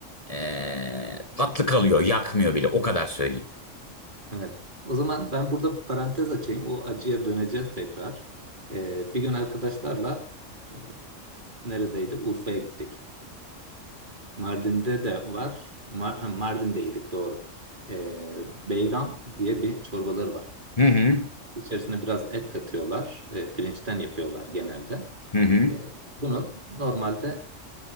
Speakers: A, on the left (about 30°); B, on the right (about 40°).
A: ee, tatlı kalıyor, yakmıyor bile. O kadar söyleyeyim.
B: Evet. O zaman ben burada parantez açayım. O acıya döneceğiz tekrar. E, bir gün arkadaşlarla e, neredeydi? Urfa'ya gittik. Mardin'de de var. Mar ha, Mardin'deydik doğru. Ee, beyran diye bir çorbaları var.
A: Hı hı,
B: İçerisine biraz et katıyorlar. Ee, pirinçten yapıyorlar genelde.
A: hı hı.
B: Ee, bunun normalde